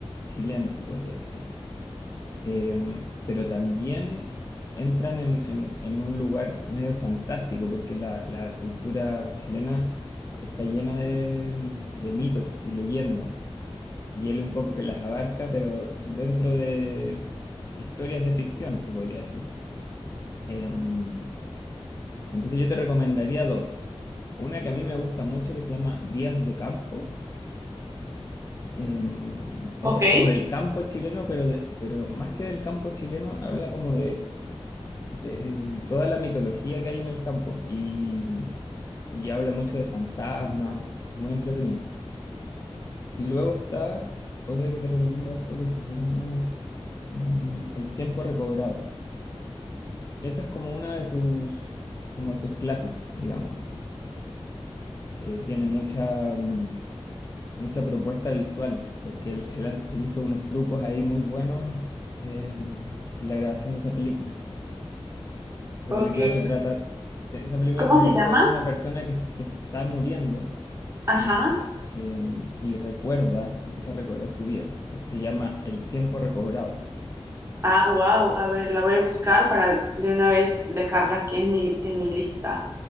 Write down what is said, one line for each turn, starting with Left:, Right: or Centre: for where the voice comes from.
Left: chileno, se podría decir. em, pero también entran en, en- en un lugar medio fantástico, porque la, la cultura chilena está llena de, de mitos y leyendas, y él un poco que las abarca, pero dentro de historias de ficción, se podría decir. Em, entonces yo te recomendaría dos. Una que a mí me gusta mucho que se llama Días de Campo. Em, esa
Right: Ok.
Left: es como del campo chileno, pero, de- pero más que del campo chileno, habla como de de mm, toda la mitología que hay en el campo y, y habla mucho de fantasmas, es muy entretenido. Y luego está otra que te recomiendo harto que se llama em, El tiempo recobrado. Esa es como una de sus, como de sus clásicos, digamos así, que tiene mucha, mm, mucha propuesta visual, porque él, él ha- él hizo unos trucos ahí muy buenos em, en la grabación de esa película. Esa
Right: Ok.
Left: película se trata, esa película
Right: ¿Cómo
Left: se trata
Right: se llama?
Left: sobre una persona que, que está muriendo
Right: Ajá.
Left: y, y, em, y recuerda, empieza a recordar su vida. Entonces se llama El tiempo recobrado.
Right: Ah, wow, a ver, la voy a buscar para de una vez dejarla aquí en mi, en mi lista.